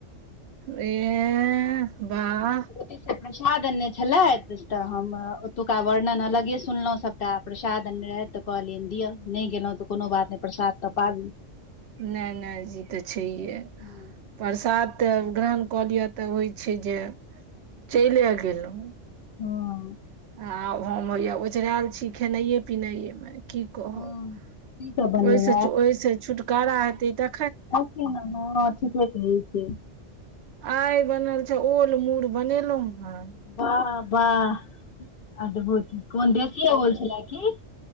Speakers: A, on the right (about 65°); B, on the left (about 60°).
A: <unintelligible>
B: ओती से प्रसाद आननै छलैत तऽ हम ओतुका वर्णन अलगे सुनलौ सब टा प्रसाद आननै तऽ कहलियैन दिअ नै गेलौ तऽ कोनो बात नै प्रसाद तऽ पाबी
A: नै नै जी तऽ छैहे
B: हँ
A: प्रसाद तऽ ग्रहण कऽ लिअ तऽ होइ छै जे <inaudible> चैले गेलु
B: हऽ
A: आब हम हैया ओझरेयल छी खेनाए पिनाए में की कहब
B: हँ की सब बनलै
A: <inaudible> ओइस ओइस छुटकारा हेतै तऽ
B: ऐल खीन नाना ठीके कहै छियै
A: आइ बनल छै ओल मूर बनेलु हऽ
B: बाह बाह अद्भुत कोन देशिए ओल छलै की